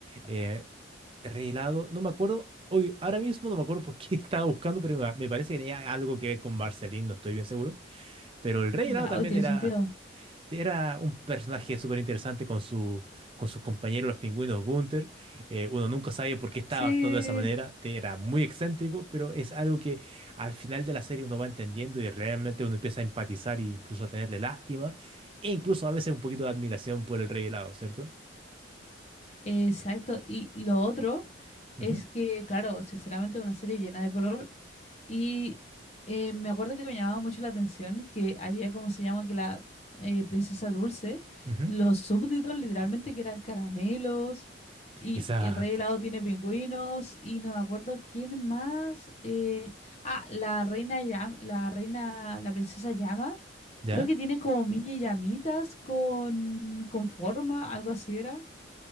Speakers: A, on the right; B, on the left.
A: eh, rey helado, no me acuerdo. Hoy, ahora mismo no me acuerdo por qué <laughs> estaba buscando, pero me, me parece que tenía algo que ver con Marceline, no estoy bien seguro. Pero el rey
B: Ya,
A: helado también
B: hoy tiene
A: era.
B: sentido.
A: Era un personaje súper interesante con su, con sus compañeros, los pingüinos Gunther. Eh, uno nunca sabe por qué estaba
B: Sí,
A: actuando de esa manera. Te- Era muy excéntrico, pero es algo que al final de la serie uno va entendiendo y realmente uno empieza a empatizar e incluso a tenerle lástima e incluso a veces un poquito de admiración por el rey helado, ¿cierto?
B: exacto. Y lo otro,
A: Ujú,
B: Es que, claro, sinceramente una serie llena de color y eh, me acuerdo que me llamaba mucho la atención que había, como se llama? Que la eh, princesa Dulce,
A: ujú.
B: los súbditos literalmente que eran caramelos y
A: Exacto.
B: el rey helado tiene pingüinos y no me acuerdo quién más. eh, ah, la reina Llama, la reina, la princesa Llama,
A: ¿Ya?
B: creo que tiene como mini llamitas con, con forma, algo así era.